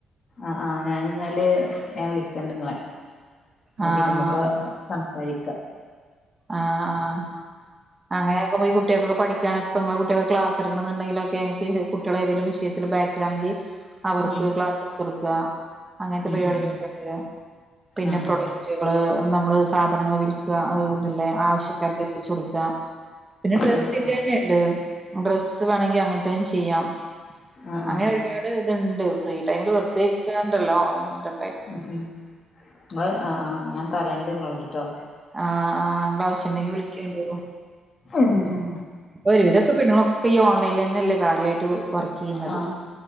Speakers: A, on the left; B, on the right.
A: ആ ആഹ് ഞാനിന്നല് ഞാൻ വിളിക്കണ്ട് ഇങ്ങളെ. അത്
B: ആഹ്
A: പിന്നെമ്മക്ക് സം സാരിക്ക
B: ആഹ് ആഹ് അങ്ങനാക്കുമ്പൊ ഈ കു ട്ടിയേക്കൊക്കെ പഠിക്കാനൊക്കെ ഇപ്പങ്ങളെ കുട്ടിയേക്ക് ക്ലാസ് എടുക്കണംന്ന് ഉണ്ടെങ്കിലൊക്കെ ഇങ്ങക്ക് കുട്ടിയെള് ഏതെലും വിഷയത്തില് ബാക്കിലാണങ്കി അവർക്ക്
A: ഉം
B: ക്ലാസ് എടുത്ത് കൊടുക്ക അങ്ങനത്തെ
A: ഉം
B: പരിപാടികളൊക്കെ
A: ഉം ഉം
B: ഉണ്ട് പിന്നെ
A: ആഹ്
B: പ്രൊഡക്റ്റുകള്
A: ആഹ്
B: നമ്മള് സാധനങ്ങൾ വിൽക്കുക അഹ് ഇതില്ലേ ആവശ്യക്കാർക്ക് എത്തിച്ച് കൊടുക്ക പിന്നെ ഡ്രസ്സിന്റെന്നെ
A: ആഹ് ആഹ്
B: ഇണ്ട്. ഡ്രസ്സ് വേണെങ്കി അങ്ങനത്തതും ചെയ്യാം
A: ആഹ് ആഹ്
B: അങ്ങനെ ഒരുപാട് ഇത്ണ്ട്. ഫ്രീ ടൈമിൽ വെറുതെ ഇരിക്കാണ്ടല്ലോ എന്തെങ്കിലൊ
A: ഉ ഉം നിങ്ങൾ അ ആ ഞാൻ പറയണ്ട് നിങ്ങളോട് ട്ടോ
B: ആഹ് ആ് അ ആാവശ്യംുണ്ടെങ്കി വിളിക്കണ്ടോ
A: ഉം ഉം ഉം
B: ഒരുവിധൊക്കെണങ്ങളൊക്കെ ഓൺലൈൽ തന്നെല്ലള്ള കാര്യമായിട്ട് വർക്ക് ചെയ്യുന്നത്
A: ആഹ